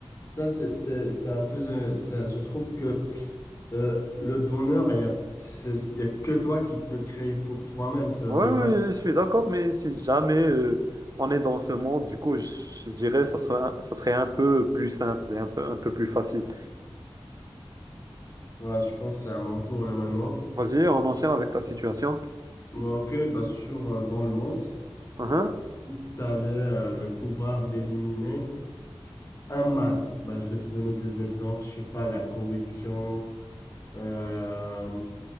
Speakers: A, on the left; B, on the right.
A: ça, c'est c'est- c'est un peu. euh, ça- je trouve que euh, le bonheur, il y a, c'est- il y a que toi qui peux le créer pour toi-même. Ça
B: Ouais,
A: veut dire,
B: ouais,
A: hein,
B: je suis d'accord, mais si jamais euh, on est dans ce monde, du coup, je, je dirais ça serait un, ça serait un peu plus simple et un peu, un peu plus facile.
A: voilà, je pense que c'est à mon tour là maintenant.
B: Vas-y, on enchaîne avec ta situation.
A: Bon, ok, bah, sur, euh, dans le monde,
B: Uh-huh.
A: si tu avais euh, le pouvoir d'éliminer un mal, bah, je vais te donner des exemples. Je sais pas, la corruption, euh,